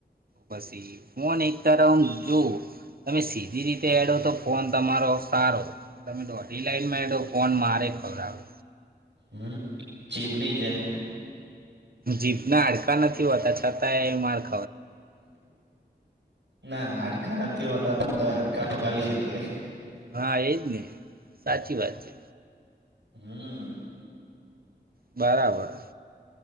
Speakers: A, on the right (about 55°); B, on the right (about 85°).
A: પછી ફોન એક તરફ હ જોવ. તમે સીધી રીતે એડો તો ફોન તમારો સારો તમેોઢી લાઈનમાં એડો ફોન મારેે ખવડાવે.
B: હમ ચીબની જેમ
A: જીતના હડકા નથી હોતા છતાં એ માગ
B: ના હાડકા નથી હોતા પણ તો હાડકા પગાવી શકે.
A: હા એજ ને સાચી વાત છે.
B: હમ.
A: બરાબર.